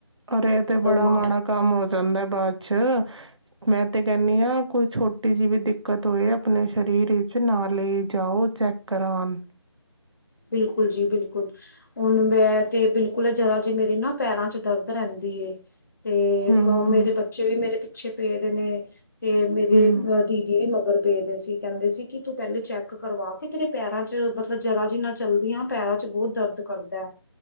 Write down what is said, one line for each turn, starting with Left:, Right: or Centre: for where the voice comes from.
Right: ਔਰ ਇਹ ਤੇ ਬੜਾ
Left: ਮਾਂ
Right: ਮਾੜਾ ਕੰਮ ਹੋ ਜਾਂਦਾ ਬਾਅਦ ਚ <unintelligible> ਮੈਂ ਤੇ ਕਹਿੰਦੀ ਹਾਂ ਕੋਈ ਛੋਟੀ ਜਿਹੀ ਵੀ ਦਿੱਕਤ ਹੋਏ ਆਪਣੇ ਸਰੀਰ ਵਿੱਚ ਨਾਲੇ ਜਾਓ ਚੈੱਕ ਕਰਾਨ।
Left: ਬਿਲਕੁਲ ਜੀ ਬਿਲਕੁਲ, ਹੁਣ ਮੈਂ ਤੇ ਬਿਲਕੁਲ ਆ ਜਰਾ ਜੇ ਮੇਰੀ ਨਾ ਪੈਰਾਂ ਚ ਦਰਦ ਰਹਿੰਦੀ ਏ। ਏ
Right: ਹਮ
Left: <unintelligible> ਮੇਰੇ ਬੱਚੇ ਵੀ ਮੇਰੇ <unintelligible> ਚ ਪੇ ਰੇ ਨੇ। ਤੇ ਮੇਰੇ
Right: ਹਮ
Left: ਦੀਦੀ ਵੀ ਮਗਰ। <unintelligible> ਅਸੀ ਕਹਿੰਦੇ ਸੀ ਕਿ ਤੂੰ ਪਹਿਲੇ ਚੈੱਕ ਕਰਵਾ ਕੇ ਤੇਰੇ ਪੈਰਾਂ ਚ ਮਤਲਬ ਜਰਾ ਜਿੰਨਾ ਚਲਦੀਆਂ ਪੈਰਾਂ ਚ ਬਹੁਤ ਦਰਦ ਕਰਦਾ ਹੈ।